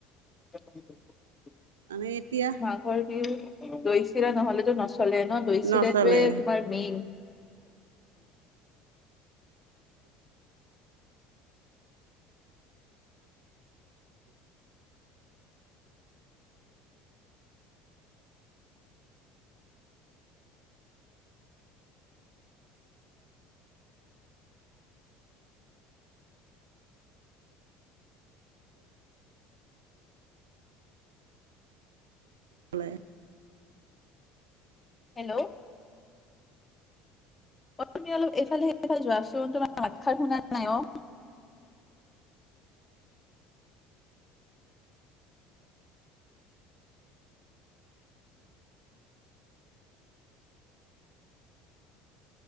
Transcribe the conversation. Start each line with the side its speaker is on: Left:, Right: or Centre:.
Left: <inaudible>
Right: আমি এতিয়া
Left: মাঘৰ বিহু দৈ-চিৰা নহ'লেতো নচলে ন, দৈ-চিৰাটোয়ে
Right: নচলে
Left: তোমাৰ মেইন।
Right: <unintelligible>
Left: হেল্ল'। অ', তুমি অলপ এইফাল-সেইফাল যোৱাচোন, তোমাৰ মাতসাৰ শুনা নাই অ'।